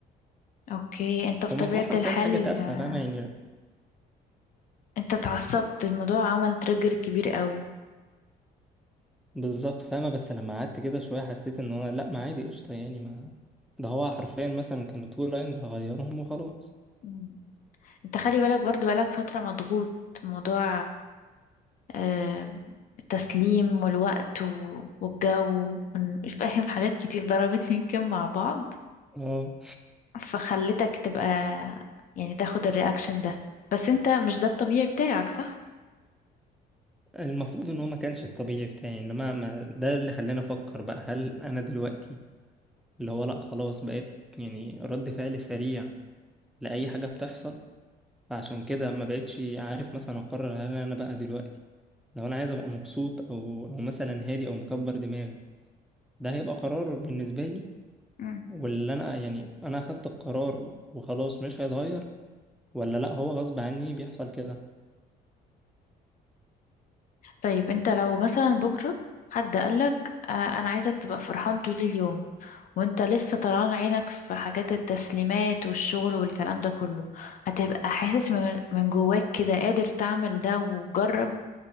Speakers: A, on the left (about 50°); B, in the centre.
A: اوكي انت بطبيعة
B: لما فهو حرفيا
A: الحال
B: حاجة تافهة
A: آه،
B: فاهمة يعني لا
A: انت اتعصبت الموضوع عمل تريجر كبير قوي
B: بالظبط فاهمة بس لما قعدت كده شوية حسيت ان هو لا ما عادي قشطة يعني ما ده هو حرفيا مثلا كانوا تو لاينز هغيرهم وخلاص
A: مم. انت خلي بالك برضو بقالك فترة مضغوط موضوع آه، التسليم والوقت و- والجو وإن- فاهم حاجات كتير ضربت <laughs> يمكن مع بعض
B: اه
A: فخلتك تبقى يعني تاخد الرياكشن ده بس انت مش ده الطبيعي بتاعك صح؟
B: المفروض ان هو ما كانش الطبيعي بتاعي انما ما ده اللي خلاني افكر بقى هل انا دلوقتي اللي هو لا خلاص بقيت يعني رد فعل سريع لاي حاجه بتحصل فعشان كده ما بقتش عارف مثلا اقرر هل انا بقى دلوقتي لو انا عايز ابقى مبسوط او او مثلا هادي او مكبر دماغي ده هيبقى قرار بالنسبه لي
A: مم.
B: واللي انا يعني انا اخدت القرار وخلاص مش هيتغير ولا لا هو غصب عني بيحصل كده
A: طيب انت لو مثلا بكرة حد قالك آه، انا عايزك تبقى فرحان طول اليوم وانت لسه طلعان عينك في حاجات التسليمات والشغل والكلام ده كله هتبقى حاسس من من جواك كده قادر تعمل ده وجرب